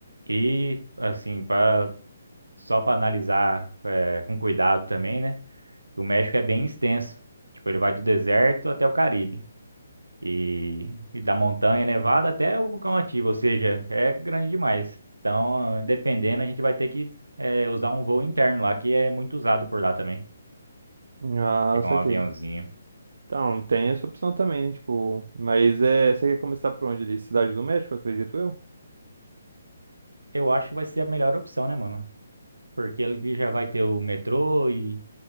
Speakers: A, on the right; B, on the right.
A: e assim, para só para analisar é, com cuidado também, né? O México é bem extenso. Tipo, ele vai do deserto até o Caribe. E, e da montanha nevada até o vulcão ativo, ou seja, é grande demais. Então, dependendo, a gente vai ter que é, usar um voo interno lá, que é muito usado por lá também.
B: Ah,
A: Pegar
B: saquei.
A: um aviãozinho.
B: Então, tem essa opção também, né? Tipo, mas é, você quer começar por onde ali? Cidade do México, acredito eu?
A: Eu acho que vai ser a melhor opção, né, mano? Porque ele já vai ter o metrô e